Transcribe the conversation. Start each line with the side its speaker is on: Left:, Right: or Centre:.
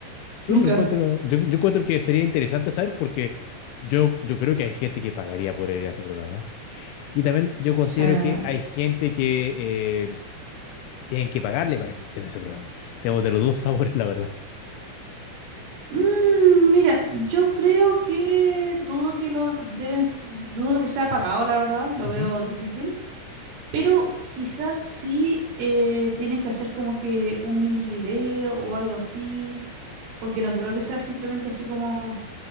Left: Sí,
Right: Nunca.
Left: yo encuentro, yo, yo encuentro que sería interesante saber porque yo, yo creo que hay gente que pagaría por ir a ese programa. Y también yo considero
Right: O sea.
Left: que hay gente que eh, tienen que pagarle para que esté en ese programa. Tenemos de los dos <laughs> sabores, la verdad.
Right: Mm, mira, yo creo que dudo que lo deben, s- dudo que sea pagado, la verdad, lo
Left: Ujú,
Right: veo difícil. Pero quizás sí eh, tienen que hacer como que un mini video o algo así, porque no creo que sea simplemente así como,